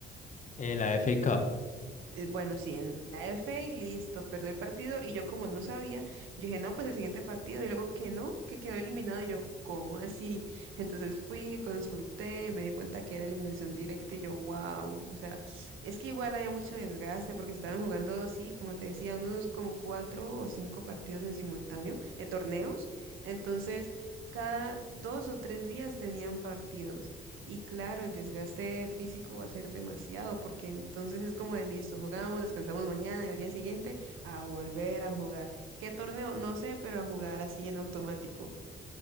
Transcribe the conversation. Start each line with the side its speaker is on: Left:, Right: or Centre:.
Left: Eh, la FA Cup.
Right: eh, Bueno, sí, en la F y listo, perdió el partido y yo como no sabía, yo dije, no, pues el siguiente partido y luego que no, que quedó eliminado y yo, ¿cómo así? <laughs> Entonces fui, consulté y me di cuenta que era eliminación directa y yo, wow, o sea, es que igual había mucho desgaste porque estaban jugando, sí, como te decía, unos como cuatro o cinco partidos en simultáneo, eh, torneos, entonces cada dos o tres días tenían partidos. Y claro, el desgaste físico va a ser demasiado, porque entonces es como de listo, jugamos, descansamos mañana y al día siguiente a volver a jugar. ¿Qué torneo? No sé, pero a jugar así en automático.